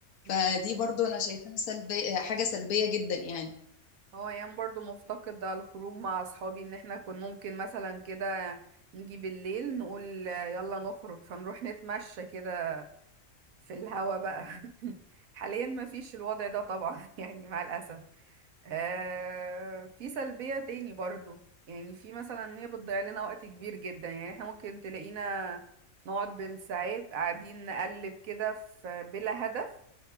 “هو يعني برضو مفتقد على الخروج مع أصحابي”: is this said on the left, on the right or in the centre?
Right